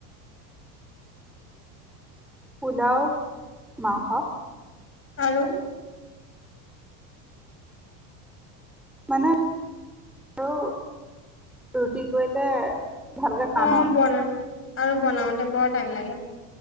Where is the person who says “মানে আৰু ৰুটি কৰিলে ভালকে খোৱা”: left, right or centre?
Centre